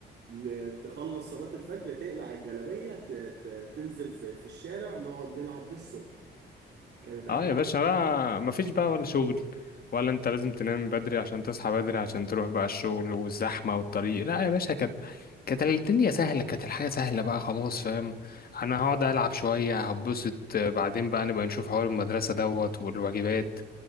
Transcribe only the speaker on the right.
ن- تخلص صلاة الفجر تقلع الجلابية ت- ت- تنزل في في الشارع نقعد نلعب للصبح كانت أحلى